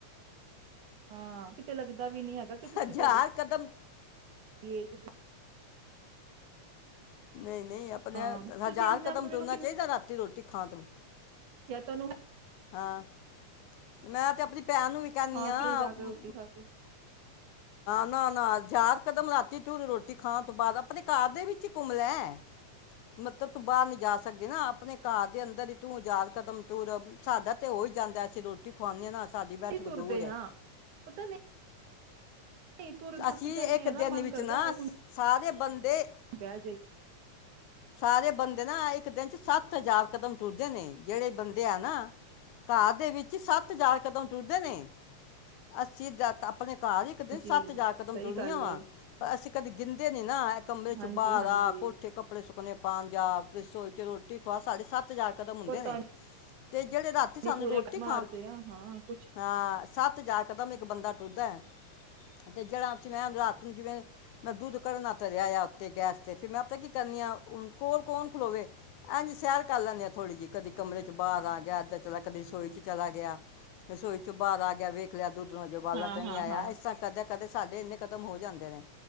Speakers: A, on the right (about 85°); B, on the left (about 80°).
A: ਹਾਂ ਕਿਤੇ ਲੱਗਦਾ ਵੀ ਨੀ ਹੈਗਾ ਕਿ ਤੁਸੀਂ
B: ਹਜ਼ਾਰ
A: ਤੁਹਾਡੀ
B: ਕਦਮ
A: ਏਜ
B: ਨਹੀਂ ਆਪਣੇ
A: ਹਾਂ ਤੁਸੀਂ
B: ਹਜ਼ਾਰ
A: ਆਪਣੇ
B: ਕਦਮ
A: ਆਪ ਨੂੰ
B: ਤੁਰਨਾ
A: ਵੇਖੋ
B: ਚਾਹੀਦਾ ਰਾਤੀ ਰੋਟੀ ਖਾਨ ਤੋਂ
A: ਕਿਆ ਤੁਨੂੰ
B: ਹਾਂ ਮੈਂ ਤੇ ਆਪਣੀ ਭੈਣ ਨੂੰ ਵੀ ਕਹਿੰਦੀ
A: ਹਾਂ
B: ਆ
A: ਘਰੇ ਜਾ
B: ਕੇ
A: ਰੋਟੀ ਖਾ ਕੇ
B: ਨਾ ਨਾ ਚਾਰ ਕਦਮ ਤੁਰ ਰਾਤੀ ਤੂੰ ਰੋਟੀ ਖਾਣ ਤੋਂ ਬਾਅਦ ਆਪਣੇ ਘਰ ਦੇ ਵਿੱਚ ਘੁੰਮ ਲੈ ਮਤਲਬ ਤੂੰ ਬਾਹਰ ਨੀ ਜਾ ਸਕਦੀ ਨਾ ਆਪਣੇ ਘਰ ਦੇ ਅੰਦਰ ਹੀ ਤੂੰ ਆ ਹਜਾਰ ਕਦਮ ਤ ਸਾਡਾ ਤੇ ਹੋਈ ਜਾਂਦਾ ਅਸੀਂ ਰੋਟੀ ਖੁਵਾਉਂਦੇ ਹਾਂ ਨਾ ਸਾਡੀ ਬੈਠਕ
A: ਹੀ ਤੁਰਦੇ
B: ਦੂਰ ਏ।
A: ਆ ਪਤਾ ਨਹੀਂ ਤੁਰ ਥੱਕ
B: ਅਸੀਂ
A: ਜਾਂਦੇ
B: ਇੱਕ
A: ਆ
B: ਦਿਨ
A: ਨਾ ਮਨ
B: ਦੇ ਵਿੱਚ
A: ਕਰਦਾ
B: ਨਾ
A: ਹਾਏ ਹੁਣ
B: ਸਾਰੇ ਬੰਦੇ
A: ਬਹਿ ਜਾਈਏ
B: ਸਾਰੇ ਬੰਦੇ ਨਾ ਇੱਕ ਦਿਨ ਚ ਸੱਤ ਹਜ਼ਾਰ ਕਦਮ ਤੁਰਦੇ ਨੇ ਜਿਹੜੇ ਬੰਦੇ ਆ ਨਾ ਘਰ ਦੇ ਵਿੱਚ ਛੀ ਸੱਤ ਹਜ਼ਾਰ ਕਦਮ ਟੁੁਰਦੇ ਨੇ। ਅਸੀਂ ਜਦ ਆਪਣੇ ਘਰ ਇਕ
A: ਜੀ
B: ਸੱਤ ਜਾ ਕਦਮ
A: ਸਹੀ
B: ਦੁਨੀਆਂ
A: ਗੱਲ
B: ਵਾ,
A: ਏ
B: ਪਰ ਅਸੀਂ ਕਦੇ ਗਿਣਦੇ ਨਹੀਂ ਨਾ ਏ ਕਮਰੇ ਚੋ
A: ਹਾਂਜੀ
B: ਬਾਹਰ
A: ਹਾਂਜੀ
B: ਆ, ਕੋਠੇ ਕੱਪੜੇ ਸੁ ਆਪਣੇ ਪੰਜਾਬ ਵਿਚ ਸੋਚੋ, ਰੋਟੀ ਖੁਆ ਸਾਢੇ ਸੱਤ ਜਾ ਕੇ ਕਦਮ
A: ਪਤਾ
B: ਹੁੰਦੇ ਨੇ ਤੇ ਜਿਹੜੇ ਰਾਤੀ
A: ਨੀ
B: ਸਾਨੂੰ
A: ਪੂਰੇ
B: ਰੋਟੀ
A: ਮਾਰਦੇ
B: ਖਾਣ,
A: ਆ ਹਾਂ ਕੁਛ
B: ਹਾਂ ਸਤ ਤੇ ਜਾ ਇੱਕ ਦਮ ਈ ਇੱਕ ਬੰਦਾ ਟੁਰਦੈ। ਤੇ ਜਿਹੜਾ ਮੈਂ ਰਾਤ ਨੂੰ ਜਿਵੇਂ ਮੈਂ ਦੁੱਧ ਘੜਨਾ ਤਰਿਆਇ ਉੱਤੇ ਗੈਸ ਤੇ ਫਿਰ ਮੈਂ ਆਪਤਾ ਕੀ ਕਰਨੀ ਹ ਕੋਲ ਕੌਣ ਖਲੋਵੇ ਇਂ ਸੈਰ ਕਰ ਲੈੈਂਦੀ ਹਾਂ ਥੋੜ੍ਹੀ ਜਿਹੀ ਕਦੀ ਕਮਰੇ ਚ ਬਾਹਰ ਆ ਗਿਆ ਏਦਾਂ ਚਲਾ ਕਦੀ ਰਸੋਈ ਚ ਚਲਾ ਗਿਆ ਰਸੋਈ ਚੋਂ ਬਾਹਰ ਆ ਗਿਆ ਵੇਖ ਲਿਆ ਦੋ ਦ ਜਬਾਲਾ
A: ਹਾਂ
B: ਤਾਂ ਨ
A: ਹਾਂ
B: ਨਹੀਂ ਆਇਆ
A: ਹਾਂ
B: ਇਸ ਤ ਕਦੇ ਸਾਡੇ ਇੰਨੇ ਕਦਮ ਹੋ ਜਾਂਦੇ ਨੇ